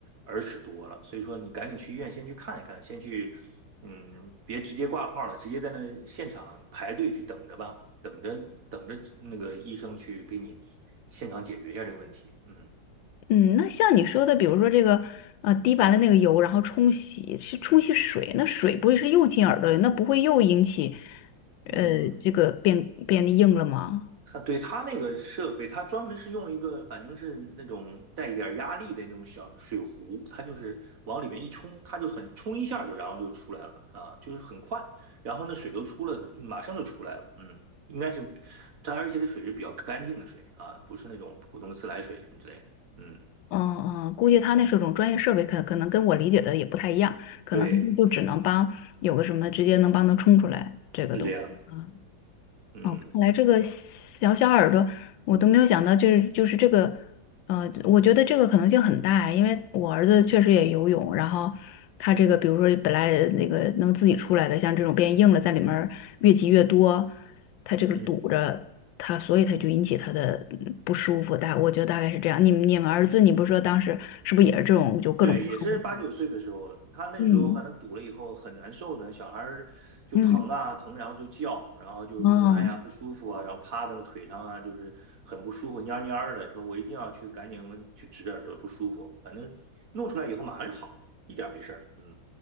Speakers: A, on the right; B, on the left.
A: 耳屎多了。所以说你赶紧去医院先去看一看，先去，嗯，别直接挂号了，直接在那现场排队去等着吧，等着等着那个医生去给你现场解决一下这个问题，嗯。
B: 嗯，那像你说的，比如说这个，呃，滴完了那个油，然后冲洗，去冲洗水，那水不会是又进耳朵里，那不会又引起，呃，
A: 嗯，
B: 这个变变硬了吗？
A: 他对他那个设备，他专门是用一个，反正是那种带一点压力的那种小水壶，它就是往里面一冲，它就很冲一下就，然后就出来了啊，就是很快，然后那水都出来了，马上就出来了。嗯，应该是它，而且这水是比较干净的水啊，不是那种普通的自来水什么之类的。嗯，
B: 嗯嗯，估计他那是种专业设备，可可能跟我理解的也不太一样，可能他们就只能帮有个什么直接能帮他冲出来这个东西。
A: 对，是这样。
B: 啊。
A: 嗯
B: 哦，看来这个小小耳朵，我都没有想到，就是就是这个，呃，我觉得这个可能性很大，因为我儿子确实也游泳，然后他这个，比如说本来那个能自己出来的，像这种变硬了，在里面儿越积越多，他这个堵着他，
A: 嗯。
B: 所以他就引起他的嗯不舒服。大，我觉得大概是这样。你们你们儿子，你不是说当时是不是也是这种，就各种不舒服？
A: 对，也是八九岁的时候，他那时候反正堵了以后很难受的，
B: 嗯
A: 小孩儿就疼啊疼，
B: 嗯，
A: 然后就叫，然后就就哎呀不舒服啊，
B: 哦。
A: 然后趴在那个腿上啊，就是很不舒服，蔫儿蔫儿的，说我一定要去赶紧去指耳朵不舒服，反正弄出来以后马上就好了，一点儿没事儿。嗯，